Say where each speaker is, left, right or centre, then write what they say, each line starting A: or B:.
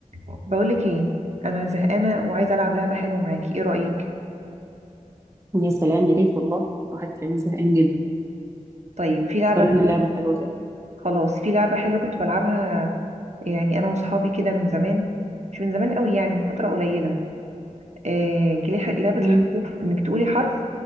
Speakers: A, on the right (about 55°); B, on the right (about 20°).
A: بقولك ايه انا زهقانه وعايزه العب لعبه حلوه معاكي ايه رايك
B: يا سلام يا ريت والله الواحد كان زهقان جدا
A: طيب في لعبه
B: اختار
A: كده
B: لنا لعبة حلوة كده
A: خلاص في لعبه حلوه كنت بلعبها يعني انا وصحابي كده من زمان مش من زمان قوي يعني من فتره قليله آه كلي- ح- لعبه الحروف
B: مم.
A: انك تقولي حرف